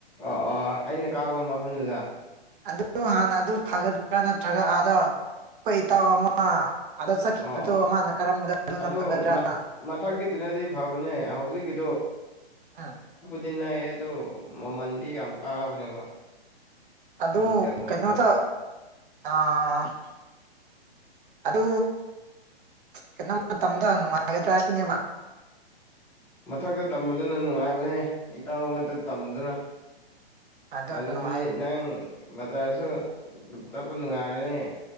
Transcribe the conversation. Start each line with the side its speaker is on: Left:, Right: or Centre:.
Centre: ꯑ ꯑ ꯑꯩꯅ ꯀꯥꯕ ꯃꯐꯝꯗꯨꯗ
Right: ꯑꯗꯨ ꯍꯥꯟꯅ ꯑꯗꯨ ꯐꯒꯗ꯭ꯔꯥ ꯅꯠꯇ꯭ꯔꯒ ꯑꯥꯗꯣ ꯑꯩꯈꯣꯏ ꯏꯇꯥꯎ ꯑꯃ ꯑꯥꯗ ꯆꯠꯈꯤꯕꯗꯣ
Centre: ꯑꯣ
Right: ꯃꯥꯅ ꯀꯔꯝꯕꯗ ꯑꯗꯨꯅ
Centre: ꯑꯗꯨ
Right: ꯐꯒꯗ꯭ꯔꯥꯅ
Centre: <unintelligible> ꯃꯊꯛꯀꯤꯗꯤꯅꯗꯤ ꯐꯕꯅꯦ ꯍꯧꯖꯤꯛꯀꯤ
Right: ꯎꯝ
Centre: <unintelligible> <unintelligible> <unintelligible> ꯅꯌꯦ ꯑꯗꯨ ꯃꯃꯟꯗꯤ ꯌꯥꯝ ꯀꯥꯕꯅꯦꯕ
Right: ꯑꯗꯨ
Centre: ꯃꯤꯡ ꯆꯟꯕꯒꯤꯗꯣ
Right: ꯀꯩꯅꯣꯇ ꯑ <unintelligible> ꯑꯗꯨ ꯀꯩꯅꯣꯝ ꯃꯇꯝꯗ ꯅꯨꯡꯉꯥꯏꯒꯗ꯭ꯔꯥ ꯁꯤꯅꯦꯕ
Centre: ꯃꯊꯛꯇ ꯇꯝꯕꯗꯨꯅ ꯅꯨꯡꯉꯥꯏꯕꯅꯦ ꯏꯇꯥꯎ ꯑꯃꯗꯣ ꯇꯝꯕꯗꯨꯅ
Right: ꯑꯗꯨ
Centre: ꯑꯗꯨꯗꯤ
Right: ꯅꯨꯡꯉꯥꯏ
Centre: ꯅꯪ ꯕꯖꯥꯔꯁꯨ ꯆꯠꯄ ꯅꯨꯡꯉꯥꯏꯔꯅꯤ